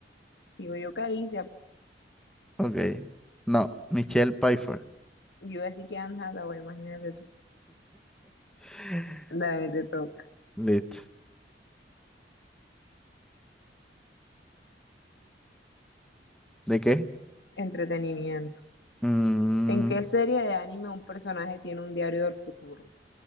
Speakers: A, on the left; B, in the centre.
A: Digo yo Caricia,
B: Ok. No, Michelle Pfeiffer.
A: yo así que Anne Hathaway, imagínate tú.
B: <laughs>
A: Dale, te toca.
B: Listo. ¿De qué?
A: Entretenimiento.
B: Mm,
A: ¿En qué serie de anime un personaje tiene un diario del futuro?